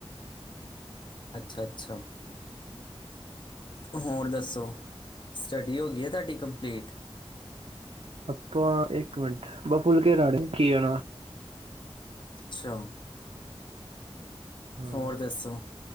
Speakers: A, on the left; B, on the right.
A: ਅੱਛਾ-ਅੱਛਾ, ਹੋਰ ਦੱਸੋ? ਸਟੱਡੀ ਹੋ ਗਈ ਐ, ਤੁਹਾਡੀ ਕੰਪਲੀਟ।
B: ਆਪਾਂ ਇੱਕ ਮਿੰਟ, ਬ ਫੁਲਕੇ ਰਾੜੇ ਘੀਏ ਨਾਲ।
A: ਅੱਛਾ।
B: ਹਾਂ
A: ਹੋਰ ਦੱਸੋ,